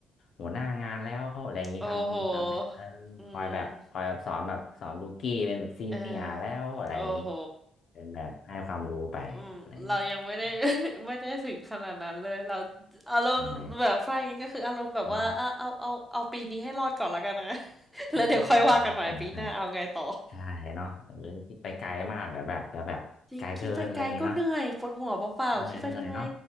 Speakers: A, on the left; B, in the centre.
A: หัวหน้างานแล้วอะไรอย่างนี้ทำทำเป็นเออคอยแบบคอยแบบสอนแบบสอนลูกี้เป็นแบบซีเนียร์แล้วอะไรอย่างนี้
B: โอ้โหอืมเออโอ้โห
A: เป็นแบบให้ความรู้ไปอะไรอย่างนี้ครับ
B: อืมเรายังไม่ได้ <laughs> ไม่ได้ถึงขนาดนั้นเลยเราอารมณ์แบบฝ้ายงี้ก็คืออารมณ์แบบว่าอ่ะเอาเอาเอาปีนี้ให้รอดก่อนละกันนะ
A: ใช่ไหมอ๋อ
B: <laughs> แล้วเดี๋ยวค่อยว่ากันใหม่ปีหน้าเอาไงต่อ
A: อ๋อใช่ใช่ใช่เนาะเออคิดไปไกลมากเดี๋ยวแบบเดี๋ยวแบบไกลเกินอะไรอย่างนี้เนาะ
B: จริงคิดไปไกลก็เหนื่อยปวดหัวเปล่าๆคิดไปทำไม
A: เหนื่อยเหนื่อยเนาะ